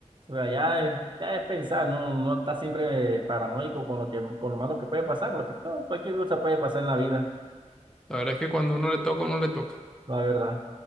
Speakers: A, on the right; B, in the centre.
A: O sea, ya es, ya es pensar, no, no está siempre paranoico con lo que, con lo malo que puede pasar, porque todo, cualquier cosa puede pasar en la vida,
B: La verdad es que cuando uno le toca, uno le toca.
A: la verdad.